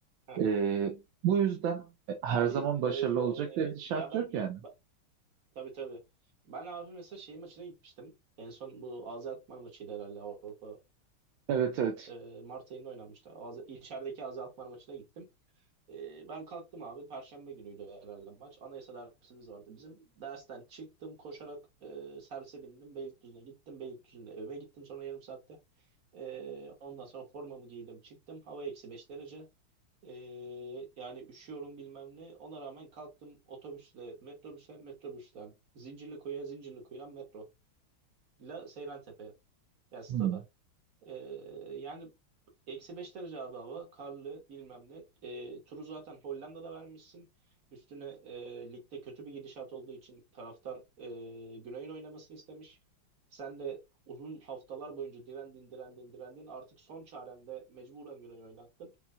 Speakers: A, on the right; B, on the right.
A: Aha.
B: e, bu yüzden e, her
A: Abi
B: zaman başarılı
A: e,
B: olacak diye bir şart
A: ya ben
B: yok yani.
A: ba- tabii tabii. Ben abi mesela şey maçına gitmiştim. En son bu Azerbaycan maçıydı herhalde Avrupa.
B: Evet evet.
A: E, Mart ayında oynanmıştı. Az, içerideki Azerbaycan maçına gittim. Ee, ben kalktım abi. Perşembe günüydü herhalde maç. Anayasa dersimiz vardı bizim. Dersten çıktım koşarak e, servise bindim. Beylikdüzü'ne gittim. Beylikdüzü'nde evime gittim sonra yarım saatte. Ee, ondan sonra formamı giydim çıktım. Hava eksi 5 derece. Ee, yani üşüyorum bilmem ne. Ona rağmen kalktım otobüsle metrobüse metrobüsten Zincirlikuyu'ya Zincirlikuyu'dan metro. La Seyrantepe'ye. Yani stada.
B: Hmm,
A: Ee, yani eksi 5 derece abi hava. Karlı bilmem ne. Ee, turu zaten Hollanda'da vermişsin. Üstüne e, ligde kötü bir gidişat olduğu için taraftar e, Güney'in oynamasını istemiş. Sen de uzun haftalar boyunca direndin direndin direndin. Artık son çarende mecburen Güney'i oynattın.